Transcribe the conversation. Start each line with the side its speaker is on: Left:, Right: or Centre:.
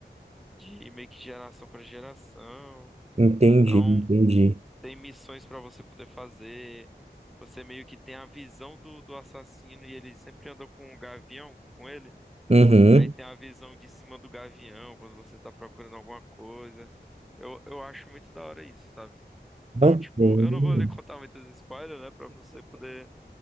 Centre: de meio que geração para geração.
Right: Entendi,
Centre: Então,
Right: entendi.
Centre: tem missões para você poder fazer. Você meio que tem a visão do, do assassino e ele sempre andou com um gavião com ele.
Right: Uhum.
Centre: Aí tem a visão de cima do gavião quando você tá procurando alguma coisa. Eu, eu acho muito da hora isso, sabe? Então,
Right: Bacana.
Centre: tipo, eu não vou lhe
Right: <laughs>
Centre: contar muitos spoilers, né? Pra você poder